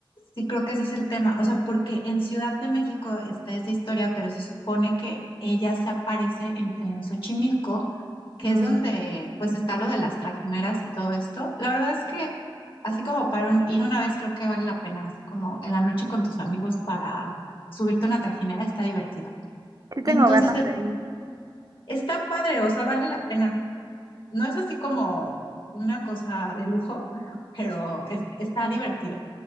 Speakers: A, on the left; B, on the right.
A: Sí, creo que ese es el tema. O sea, porque en Ciudad de México está esa historia, pero se supone que ella se aparece en, en Xochimilco, que
B: Mm,
A: es donde pues está lo de las trajineras y todo esto. La verdad es que así como para un- ir una vez creo que vale la pena, así como en la noche con tus amigos para subirte a una trajinera está divertido.
B: sí tengo
A: Entonces,
B: ganas
A: e-
B: de ir.
A: está padre, o sea, vale la pena. No es así como una cosa de lujo, <laughs> pero es- está divertido.